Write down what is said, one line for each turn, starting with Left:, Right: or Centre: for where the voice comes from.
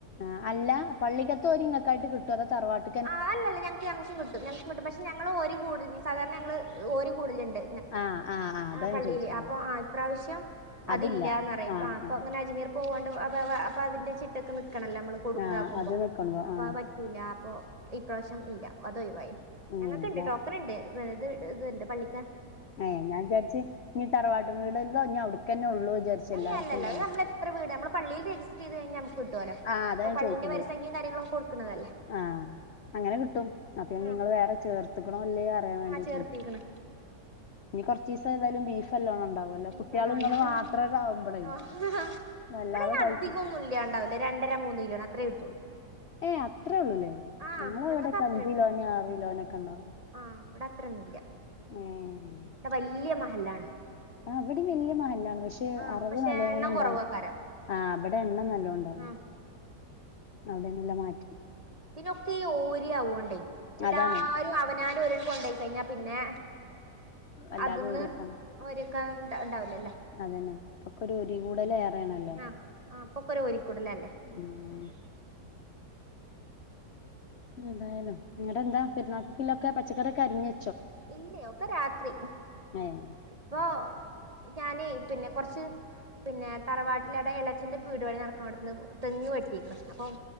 Left: ആഹ് അല്ല പള്ളിക്കത്ത് ഒരി ങ്ങക്കായിട്ട് കിട്ടുവോ അത് തറവാട്ട്
Right: ആഹ് അല്ലല്ല ഞങ്ങക്ക് ഞങ്ങക്കും കിട്ടും ഞങ്ങക്കും കിട്ടും പക്ഷെ ഞങ്ങള് ഓര് കൂടുതല് സാധാരണ ഞങ്ങള് ഓരി കൂടലുണ്ട്
Left: ആഹ് ആഹ്
Right: ആഹ്
Left: അതാ
Right: പള്ളിയില്
Left: ഞാൻ ചോയ്ച്ചെ
Right: അപ്പൊ
Left: ആഹ്
Right: ഇപ്രാവശ്യം
Left: അതില്ല
Right: അതില്ലാന്ന് പറയും
Left: ആഹ്
Right: അപ്പൊ
Left: ആഹ്
Right: അങ്ങനെ അജ്മീർ പോകോണ്ട് അ അപ്പൊ അതിന്റെ ചിട്ടക്ക് നിക്കണല്ലേ നമ്മള് കൊടു
Left: ആഹ്
Right: ഇതാക്കുമ്പോ
Left: അത് നിക്കണതോ
Right: അപ്പം
Left: ആഹ്
Right: കിട്ടൂല അപ്പൊ ഈപ്രാവശ്യം ഇല്ല അതൊഴിവായി
Left: ഏഹ്
Right: ഞങ്ങൾക്കുണ്ട്
Left: ന
Right: കേട്ടോ ഇതുണ്ട് ഇത് ഉണ്ട് ഇത് പള്ളിക്കാ
Left: ഏഹ് ഞാൻ വിചാരിച്ച് ഇനി തറവാട്ട് വീടെല്ലോ ഇനി അവിടക്കന്നെ ഉള്ളൂ വിചാരിച്ച്
Right: ഏയ്
Left: എല്ലാർക്കും
Right: അല്ലല്ല
Left: ഇല്ല
Right: അത് നമ്മള് എത്ര വീട് നമ്മള് പള്ളിയിൽ രജിസ്റ്റർ കഴിഞ്ഞാൽ നമുക്ക് കിട്ടു അല്ലോ
Left: ആഹ് അതാ
Right: അപ്പം
Left: ഞാൻ
Right: പള്ളിന്റെ
Left: ചോയ്ച്ചത്
Right: വരിസംഖ്യയും കാര്യങ്ങളൊക്ക കൊടുക്കുന്നതല്ലേ
Left: ആഹ് അങ്ങനെ കിട്ടും അപ്പം ഇനി
Right: ആ
Left: നിങ്ങള് വേറെ ചേർത്തുക്ക്ണോ ഇല്ലയോ അറിയാൻ വേണ്ടി
Right: ആ ചേർത്തിക്കണ്
Left: ചോദി ഇനി കുറച്ച് ദിവസം ഏതാലും ബീഫ് നല്ലോണം ഇണ്ടാവല്ലോ
Right: ബീഫ്
Left: കുട്ട്യാള്
Right: നല്ലോ ഉണ്ടാവും
Left: ഇങ്ങള് മാത്രാണ്ടാവുമ്പളേ
Right: ആഹ്
Left: വല്ലാതെ
Right: ഇവിടെ അധികം
Left: കഴി
Right: ഒന്നും ഇല്ലാണ്ടാവില്ല രണ്ടര മൂന്ന് കിലോന് അത്രേ കിട്ടുള്ളൂ
Left: ഏയ് അത്രേ ഉള്ളൂല്ലേ
Right: ആഹ്
Left: ഞങ്ങള്
Right: ഞങ്ങക്ക്
Left: ഇവിടൊക്ക
Right: അത്രണ്ട്
Left: അഞ്ച് കിലോന് ആറ് കിലോനൊക്കെ ഉണ്ടാവും
Right: ആഹ് ഇവിടെ അത്രൊയൊന്നും ഇല്ല
Left: ഉം
Right: ഇവിടെ വല്യ മഹല്ലാണ്
Left: ആഹ് ഇവിടെയും വല്യ മഹല്ലാണ് പക്ഷെ
Right: ആഹ്
Left: അറവ്
Right: പക്ഷെ
Left: നല്ലോണ്ണം
Right: എണ്ണം
Left: ഉണ്ടാവും
Right: കുറവാക്കാരം
Left: ആഹ് അവിടെ എണ്ണം നല്ലോ ഉണ്ടാവും
Right: ആഹ്
Left: അവിടെ നല്ല മാറ്റം
Right: പിന്നൊക്കെ ഈ ഓരിയാവോണ്ടേ എല്ലാരും
Left: അതാണ്
Right: അവനാരും ഒരിക്കൊണ്ടേ കഴിഞ്ഞാ പിന്നെ
Left: വല്ലാതെ
Right: അതിന്ന്
Left: ഊരൊക്കാണ്
Right: ഓരി വെക്കാൻ ഉണ്ടാവില്ലല്ലോ
Left: അതന്നെ ഇപ്പൊക്കെ ഒരു ഓരി കൂടല് ഏറെയാണല്ലോ
Right: ആഹ് ആഹ് ഇപ്പൊക്കൊരു ഓരിക്കൂടല് അല്ലേ
Left: ആഹ് എതായാലും ഇങ്ങട് എന്താ പെരുന്നാൾക്കുള്ള ഒക്കെ പച്ചക്കറിയൊക്കെ അരിഞ്ഞെ
Right: ഇല്ലേ ഒക്കെ രാത്രി
Left: ഏഹ്
Right: ഇപ്പൊ ഞാനെ പിന്നെ കൊറച്ച് പിന്നെ തറവാട്ടില് എടെ എളയച്ചന്റെ വീട്പണി നടക്കുവാ അട്ന്ന് തെങ്ങ് വെട്ടീക്ക്ണ് അപ്പം